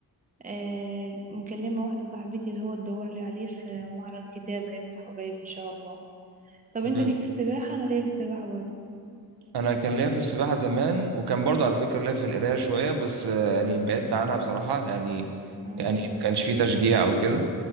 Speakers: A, on the right; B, on the right.
A: آه، مكلمة واحدة صاحبتي اللي هو تدور لي عليه في معرض كتاب هيفتح قريب ان شاء الله طب
B: امم
A: انت ليك في السباحة انا ليا في السباحة برضه
B: انا كان ليا في السباحه زمان وكان برضه على فكره ليا في القرايه شويه بس آه، يعني بعدت عنها بصراحه يعني
A: مم.
B: يعني ما كانش في تشجيع او كده